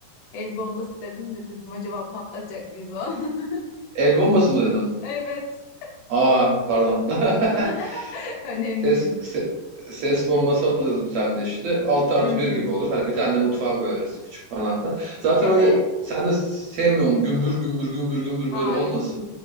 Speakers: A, on the left; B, on the right.
A: El bombası dedin de dedim acaba patlatacak mıyız o an? <laughs>
B: El bombası mı dedim?
A: Evet.
B: Aa pardon. <laughs>
A: <laughs> Önemli
B: Ses,
A: değil.
B: se- ses, bombası alırız bir tane de işte. 6 artı
A: Hı hı.
B: bir gibi olur. Hani bir tane de mutfağa koyarız küçük falan filan. Zaten
A: Evet.
B: öyle sen de sevmiyorsun gümbür gümbür gümbür gümbür
A: Hayır.
B: böyle olmasın.